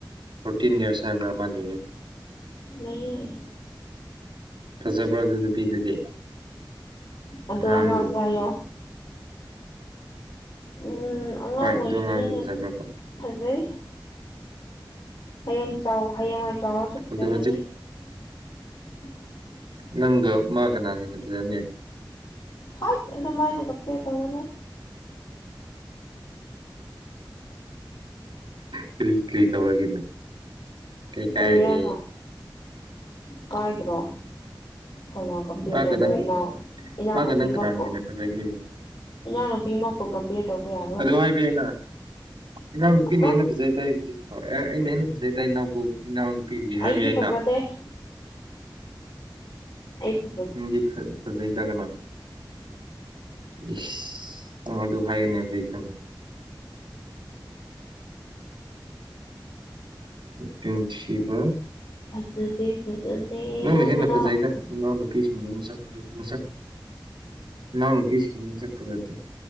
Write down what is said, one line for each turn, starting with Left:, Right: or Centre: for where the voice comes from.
Right: ꯐꯣꯔꯇꯤꯟ ꯏꯌꯥꯔꯁ ꯍꯥꯏꯕ ꯑꯃ <unintelligible>
Left: ꯂꯩꯌꯦ
Right: ꯐꯖꯕ꯭ꯔꯣ ꯑꯗꯨ ꯅꯨꯄꯤꯗꯨꯗꯤ
Left: ꯑꯗꯨ
Right: ꯑꯉꯥꯡꯗꯣ
Left: ꯑꯉꯥꯡ ꯀꯥꯏꯌꯣ ꯎꯝ ꯑꯉꯥꯡ
Right: ꯍꯣꯏ
Left: ꯑꯣꯏꯔꯤꯕꯅꯤꯅ
Right: ꯑꯗꯨ ꯑꯉꯥꯡꯗꯣ ꯐꯖꯕ꯭ꯔꯕ
Left: ꯑꯗꯨꯝ ꯐꯖꯩ ꯍꯌꯦꯡ ꯆꯥꯎ ꯍꯌꯦꯡꯋꯥꯏ ꯆꯥꯎꯔꯁꯨ ꯐꯖꯒꯅꯤ
Right: ꯑꯗꯣ ꯍꯧꯖꯤꯛ
Left: <inaudible>
Right: ꯅꯪꯒ ꯃꯥ ꯀꯅꯥ ꯍꯦꯟꯅ ꯐꯖꯅꯦ
Left: ꯍꯥꯏꯠ ꯑꯗꯨꯃꯥꯏꯅ ꯀꯝꯄꯦꯌꯔ ꯇꯧꯒꯅꯨ
Right: ꯀꯔꯤ ꯀꯔꯤ ꯇꯧꯔꯒꯦꯅꯦ ꯀꯩ ꯀꯥꯏꯔꯒꯦ
Left: ꯀꯔꯤꯔꯅ ꯀꯥꯏꯗ꯭ꯔꯣ ꯀꯅ ꯀꯝꯄꯌꯔ
Right: ꯃꯥꯒ
Left: ꯇꯧꯒꯦ
Right: ꯅꯪ
Left: ꯏꯅꯥꯎ ꯏꯅꯥꯎꯄꯤ
Right: ꯃꯥꯒ ꯅꯪ ꯀꯅꯥꯅ
Left: ꯃꯛꯄꯨ
Right: ꯍꯦꯟꯅ ꯐꯖꯒꯦ
Left: ꯢꯅꯥꯎ ꯅꯨꯄꯤꯃꯛꯄꯨ ꯀꯝꯄꯤꯌ꯭ꯔ ꯇꯧꯕ ꯌꯥ
Right: ꯑꯗꯨ ꯍꯥꯏꯕ ꯌꯥꯏꯅ ꯏꯅꯥꯎ ꯅꯨꯄꯤꯅ
Left: ꯅꯪ
Right: ꯍꯦꯟꯅ ꯐꯖꯩ ꯍꯥꯢꯕꯗꯤ ꯀꯣ ꯑꯦ ꯑꯩꯅ ꯍꯦꯟꯅ ꯐꯖꯩꯅ ꯏꯅꯥꯎꯅꯨꯄꯤꯕꯨꯗꯤ ꯍꯥꯏꯕ
Left: ꯑꯩꯗꯤ
Right: ꯌꯥꯏꯅ
Left: ꯐꯖꯗꯦ ꯑꯩꯗꯤ
Right: ꯅꯪꯗꯤ ꯐꯖꯩꯗ ꯀꯅ ꯏꯁ ꯅꯪ ꯑꯗꯨ ꯍꯥꯏꯌꯦꯅꯦꯕꯗꯤ ꯑꯩ ꯈꯪꯉꯤ <unintelligible>
Left: ꯐꯖꯗꯦ ꯐꯖꯗꯦ
Right: ꯅꯪꯅ ꯍꯦꯟꯅ ꯐꯖꯩꯗ
Left: <unintelligible>
Right: <unintelligible> ꯃꯁꯛ ꯃꯁꯛ ꯅꯅꯥꯎꯅꯨꯄꯤꯁꯤꯡ ꯃꯁꯛ ꯐꯖꯗꯦ